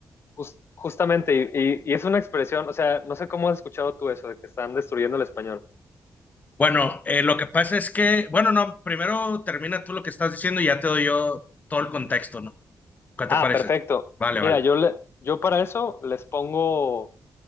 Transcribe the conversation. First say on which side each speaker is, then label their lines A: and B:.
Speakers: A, on the left; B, on the left.
A: just, justamente, y, y, y es una expresión, o sea, no sé cómo has escuchado tú eso de que están destruyendo el español.
B: Bueno, eh, lo que pasa es que, bueno, no, primero termina tú lo que estás diciendo y ya te doy yo todo el contexto, ¿no? ¿Qué te
A: Ah,
B: parece?
A: perfecto.
B: Vale, vale.
A: Mira, yo, le, yo para eso les pongo